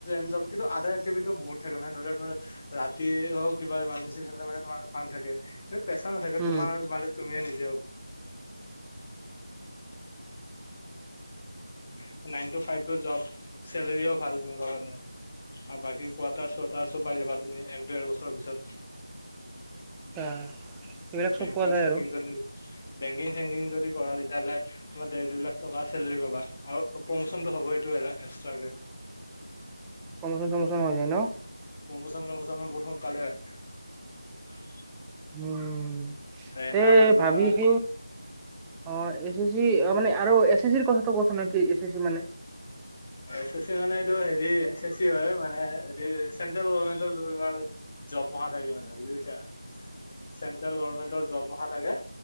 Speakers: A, on the left; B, in the centre.
A: ন জ কিন্তু আদাৰ এক্টিভিটিও বহুত থাকে মানে ধ লওাৰ ৰাতি হওক কিবা ইমাৰ্জেঞ্চি থাকলে মানে তোমাৰ পান থাকে এই প্ৰেছাৰ নাথাকে
B: উম
A: তোমাৰ মালিক তুমিয়ে নিজ <unintelligible> নাইন টু ফাইভ টো জব চেলেৰিও ভাল পাবা তুমি আৰু বাকী কোৱাৰটাৰ চোৱাটাৰ চব পাই যাবা তুমি এক দুৰ বছৰৰ পিছত
B: আ এইবিলাক
A: বেংকিং
B: চব পোৱা যায়
A: চেংকিং
B: আৰু।
A: জ নি। বেংকিং চেংকিং যদি কৰা তেতিয়াহ'লে তমাৰ দেৰ দুই লাখ টকা চেলেৰি পাবা আৰু। প্ৰমোচনটো হ'ব এইটো এলা এক্সট্ৰাকে।
B: প্ৰমোশন চমোচন হৈ যায় ন।
A: প্ৰমোচন চমোচান বহুত সোনকালে হয়।
B: উম
A: এনা
B: এ
A: মাৰিব
B: ভাবিছো।
A: পাৰা
B: অ এ। চি মানে আৰু এছ চি চিৰ কথাটো কচুন এটি এছ ছি ছি মানে?
A: এছ চি চি মানে এইটো, হেৰি এ চে চি হয় মানে হে চেন্ট্ৰেল গভামেন্টৰ। জপ মহা থাকিব মানে বুজি পাইছা? চেন্ট্ৰেল গভাৰ্মেণ্টৰ জবমহা থাকে।